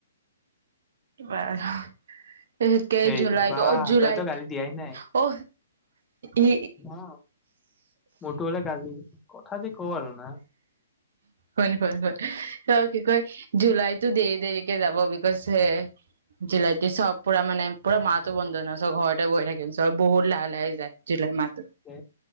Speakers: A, on the right; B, on the left.
A: অঁ অঁ
B: সেইটো
A: জুুলাইটো
B: বা
A: অ জুুলাই
B: তইতো গালি দিয়াই নাই
A: অ এ
B: অ মোৰতো হলে গালি কথা যে কওঁ আৰু না
A: উ হয় কি কয় জুলাইতো দেৰি দেৰিকে যাব বুলি কৈছে হে জুলাই চব পুৰা মানে পুৰা মাহ বন্ধ নহয় চব ঘৰতে বৈ থাকিম চব বহুত লাহে লাহে যায় জুলাই মাহ
B: উ